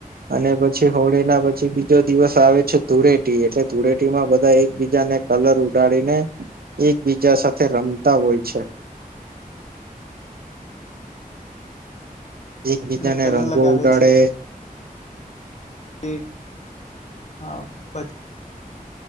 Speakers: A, on the right; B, on the left.
A: અને પછી હોળી ના પછી બીજો દિવસ આવે છે ધૂળેટી. એટલે ધૂળેટીમાં બંધા એકબીજાને ને કલર ઉડાડીને એકબીજા સાથે રમતા હોય છે. એકબીજાને
B: અને કલર
A: રંગો
B: લગાવે
A: ઉડાડે
B: તે હા પછી